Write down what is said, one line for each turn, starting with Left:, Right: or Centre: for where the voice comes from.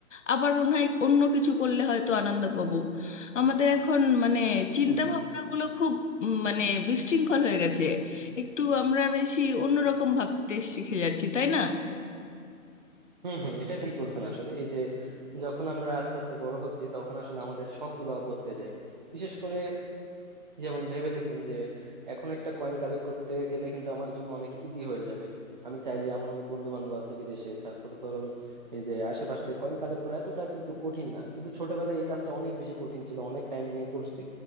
Left: আবার মনে হয় অন্য কিছু করলে হয়তো আনন্দ পাবো আমাদের এখন মানে চিন্তা
Right: হুম হুম
Left: ভাবনাগুলো খুব উম, মানে বিশৃঙ্খল হয়ে গেছে একটু আমরা বেশি অন্যরকম ভাবতে শিখে যাচ্ছি তাই না
Right: হুম হুম এটা ঠিক বলছেন আসলে এই যে যখন আমরা আস্তে আস্তে বড় হচ্ছি তখন আসলে আমাদের শখ গুলা বদলে যায় বিশেষ করে যেমন ভেবে দেখুন যে এখন একটা কয়েন কালেক্ট করতে গেলে কিন্তু আমার জন্য অনেক ইজি হয়ে যাবে আমি চাইলে আমার অনেক বন্ধু বান্ধব আছে বিদেশে তারপর ধরুন এই যে আশেপাশ থেকে কয়েন কালেক্ট করা এতটা কিন্তু কঠিন না কিন্তু ছোটবেলায় এই কাজটা অনেক বেশি কঠিন ছিল অনেক টাইম নিয়ে করছি